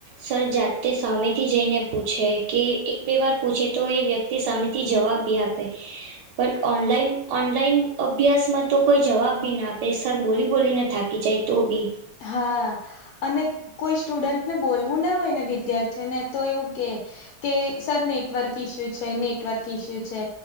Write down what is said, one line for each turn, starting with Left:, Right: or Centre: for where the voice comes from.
Right: સર જાતે સામે થી જઈને પૂછે કે એક બે વાર પૂછે તો એ વ્યક્તિ તે સામેથી જવાબ બી આપે. પણ ઓનલાન ઓનલાઈન અભ્યાસમાં તો કોઈ જવાબ બી ના આપે સર બોલિવૂડ બોલીને થાકી જાય તો ભી.
Left: હા. અને કોઈ સ્ટુડન્ટને બોલવું ના હોય ને વિદ્યાર્થીઓને તો એવું કે. કે સર નેટવર્ક ઇસ્યુ છે નેટવર્ક ઇસ્યુ છે.